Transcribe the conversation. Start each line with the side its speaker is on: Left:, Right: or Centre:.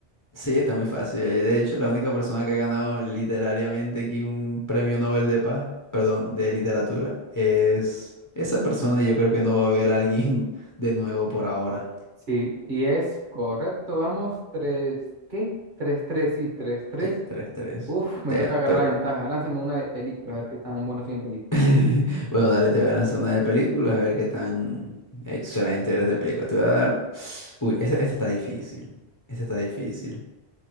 Left: Sí, está muy fácil. Eh, De hecho, la única persona que ha ganado literariamente aquí un premio Nobel de paz, perdón, de literatura, es esa persona. y Yo creo que no va a haber alguien <laughs> de nuevo por ahora.
Right: Sí, y es correcto, vamos, 3, qué Tres, tres sí, tres, tres.
Left: Sí, tres tres.
Right: Uf, me
Left: Te-
Right: toca agarrar
Left: te voy-
Right: la ventaja. Lánzame una de películas, a ver qué tan bueno soy en películas.
Left: <laughs> Bueno, dale, te voy a lanzar una de películas, a ver qué tan excelente eres de películas. Te voy a dar... Uy, esta, esta está difícil. Esta está difícil.